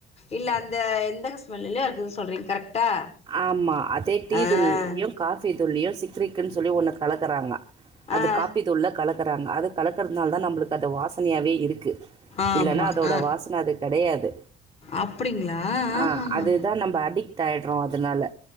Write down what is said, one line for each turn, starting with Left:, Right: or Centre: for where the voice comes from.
Left: இல்ல அந்த எந்த ஸ்மெல்லலையு இருக்குதுன்னு சொல்றீங்க கரெக்டா
Right: ஆமா அதே டீ
Left: ஆ
Right: தூள்ளையு காஃபி தூள்ளையு சிக்கரிக்குன்னு சொல்லி ஒன்ன கலக்குறாங்க அது
Left: ஆ
Right: காப்பி தூள்ள கலக்குறாங்க அது கலக்குறதுனாலதா நம்மளுக்கு அது வாசனையாவே இருக்கு
Left: ஆமா
Right: இல்லன்னா அதோட
Left: ஆ
Right: வாசனை அது கெடையாது
Left: அப்டிங்களா ஆஹஹா
Right: ஆ அது தா நம்ம அடிக்ட் ஆயிடறோ அதனால